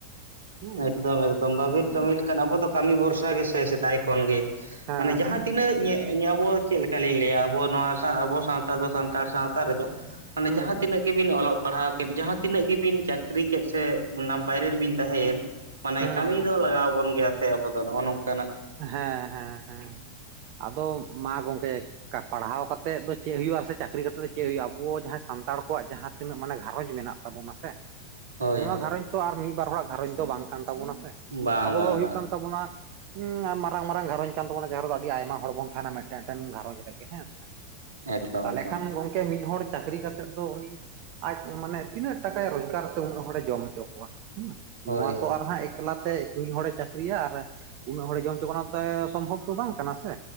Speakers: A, on the right; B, on the right.
A: ᱦᱩᱸ
B: ᱮᱠᱫᱚᱢ ᱮᱠᱫᱚᱢ ᱵᱟᱹᱵᱤᱱ
A: ᱦᱩᱸ
B: ᱠᱟᱹᱢᱤ ᱞᱮᱠᱷᱟᱱ, ᱟᱵᱚ ᱫᱚ ᱠᱟᱹᱢᱤ ᱵᱷᱚᱨᱥᱟ ᱜᱮᱥᱮ ᱥᱮᱫᱟᱭ ᱠᱷᱚᱱ ᱜᱮ᱾
A: ᱦᱮᱸ
B: ᱢᱟᱱᱮ ᱡᱟᱦᱟᱸ
A: ᱦᱮᱸ
B: ᱛᱤᱱᱟᱹᱜ ᱧᱮᱜ ᱧᱟᱵᱚ ᱪᱮᱫ ᱞᱮᱠᱟᱞᱤᱧ ᱞᱟᱹᱭᱟ? ᱟᱵᱚ ᱱᱚᱶᱟ ᱥᱟ ᱟᱵᱚ ᱥᱟᱶᱛᱟ ᱫᱚ ᱥᱟᱱᱛᱟᱲ ᱥᱟᱶᱛᱟ ᱨᱮᱫᱚ ᱢᱟᱱᱮ
A: ᱦᱩᱸ
B: ᱡᱟᱦᱟᱸ
A: ᱦᱩᱸ
B: ᱛᱤᱱᱟᱹᱜ ᱜᱮᱵᱤᱱ ᱚᱞᱚᱜ ᱯᱟᱲᱦᱟᱜ ᱠᱮᱫ, ᱡᱟᱦᱟᱸ ᱛᱤᱱᱟᱹᱜ ᱜᱮᱵᱤᱱ ᱪᱟᱹᱠᱨᱤ ᱠᱮᱫ ᱥᱮ ᱚᱱᱟ ᱵᱟᱭᱨᱮ ᱨᱮᱵᱤᱱ ᱛᱟᱦᱮᱸᱭᱮᱱ ᱢᱟᱱᱮ
A: ᱦᱩᱸ
B: ᱠᱟᱹᱢᱤ
A: ᱦᱩᱸ
B: ᱫᱚ
A: ᱦᱩᱸ
B: ᱞᱟᱜᱟᱣ ᱵᱚᱱ ᱜᱮᱭᱟ ᱥᱮ ᱟᱵᱚ ᱫᱚ ᱱᱚᱜᱼᱚ ᱱᱚᱝᱠᱟᱱᱟᱜ᱾
A: ᱦᱮᱸ ᱦᱮᱸ ᱦᱮᱸ᱾ ᱟᱫᱚ ᱢᱟ ᱜᱚᱝᱠᱮ ᱠᱟ, ᱯᱟᱲᱦᱟᱣ ᱠᱟᱛᱮᱫ ᱫᱚ ᱪᱮᱫ ᱦᱩᱭᱩᱜᱼᱟ, ᱥᱮ ᱪᱟᱹᱠᱨᱤ ᱠᱟᱛᱮᱜ ᱫᱚ ᱪᱮᱫ ᱦᱩᱭᱩᱜᱼᱟ? ᱟᱵᱚ ᱡᱟᱦᱟᱸᱭ ᱥᱟᱱᱛᱟᱲ ᱠᱚᱣᱟᱜ ᱡᱟᱦᱟᱸ ᱛᱤᱱᱟᱹᱜ ᱢᱟᱱᱮ ᱷᱟᱨᱚᱸᱡᱽ ᱢᱮᱱᱟᱜ ᱛᱟᱵᱚᱱᱟ ᱥᱮ᱾
B: ᱦᱳᱭ
A: ᱱᱚᱶᱟ
B: ᱦᱳᱭ
A: ᱜᱷᱟᱨᱚᱸᱡᱽ ᱛᱚ ᱟᱨ ᱢᱤᱫ ᱵᱟᱨ ᱦᱚᱲᱟᱜ ᱜᱷᱟᱨᱚᱸᱡᱽ ᱫᱚ ᱵᱟᱝ ᱠᱟᱱ ᱛᱟᱵᱚᱱᱟ ᱥᱮ᱾
B: ᱵᱟᱝ
A: ᱟᱵᱚ
B: ᱵᱟᱝ
A: ᱫᱚ
B: ᱵᱟᱝ
A: ᱦᱩᱭᱩᱜ ᱠᱟᱱ ᱛᱟᱵᱚᱱᱟ᱾ ᱦᱩᱸ, ᱟᱨ ᱢᱟᱨᱟᱝ ᱢᱟᱨᱟᱝ ᱜᱷᱟᱨᱚᱸᱡᱽ ᱠᱟᱱ ᱛᱟᱵᱚᱱᱟ, ᱡᱟᱦᱟᱸ ᱨᱮᱫᱚ ᱟᱹᱰᱤ ᱟᱭᱢᱟ ᱦᱚᱲ ᱵᱚᱱ ᱛᱟᱦᱮᱱᱟ, ᱢᱤᱫᱴᱮᱱ ᱡᱤᱫᱴᱮᱱ ᱜᱷᱟᱸᱨᱚᱡᱽ ᱨᱮᱜᱮ ᱦᱮᱸᱥᱮ᱾
B: ᱮᱠᱫᱚᱢ
A: ᱛᱟᱦᱞᱮ
B: ᱮᱠᱫᱚᱢ
A: ᱠᱷᱟᱱ ᱜᱚᱝᱠᱮ ᱢᱤᱫ ᱦᱚᱲ ᱪᱟᱹᱠᱨᱤ ᱠᱟᱛᱮᱫ ᱫᱚ ᱩᱱᱤ ᱟᱡ ᱢᱟᱱᱮ ᱛᱤᱱᱟᱹᱜ ᱴᱟᱠᱟᱭ ᱨᱳᱡᱽᱜᱟᱨ ᱛᱮ ᱩᱱᱟᱹᱜ ᱦᱚᱲ ᱮ ᱡᱚᱢ ᱦᱚᱪᱚ ᱠᱚᱣᱟ᱾ ᱦᱩᱸ᱾
B: ᱦᱳᱭ
A: ᱱᱚᱶᱟ
B: ᱦᱳᱭ
A: ᱛᱚ ᱟᱨ ᱦᱟᱸᱜ ᱮᱠᱞᱟ ᱛᱮ ᱢᱤᱫ ᱦᱚᱲ ᱮ ᱪᱟᱹᱠᱨᱤᱭᱟ ᱟᱨ ᱩᱱᱟᱹᱜ ᱦᱚᱲ ᱡᱚᱢ ᱦᱚᱪᱚ ᱠᱚ ᱱᱚᱶᱟ ᱛᱮ ᱥᱚᱢᱵᱷᱚᱵᱽ ᱫᱚ ᱵᱟᱝ ᱠᱟᱱᱟ ᱥᱮ?